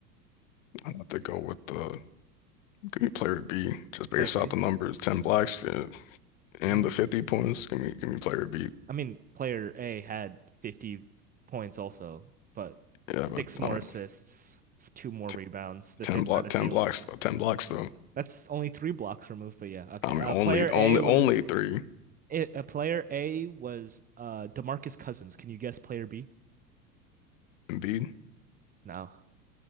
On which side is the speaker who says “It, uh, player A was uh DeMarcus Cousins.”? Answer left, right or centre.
Right